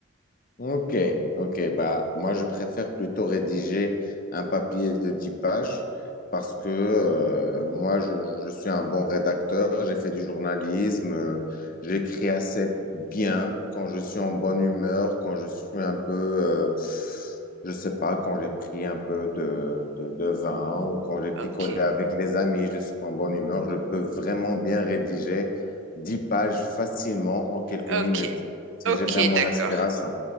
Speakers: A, on the left (about 40°); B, on the right (about 60°).
A: Ok, ok. Bah, moi, je préfère plutôt rédiger un papier de 10 pages parce que euh, moi, je, je suis un bon rédacteur, j'ai fait du journalisme, euh, j'écris assez bien quand je suis en bonne humeur, quand je suis un peu, euh, je sais pas, quand j'ai pris un peu de, de, de vin ou quand j'ai picolé
B: Ok,
A: avec les amis, je suis en bonne humeur, je peux vraiment bien rédiger 10 pages facilement en quelques
B: ok,
A: minutes si
B: ok,
A: j'ai vraiment
B: d'accord.
A: l'inspiration.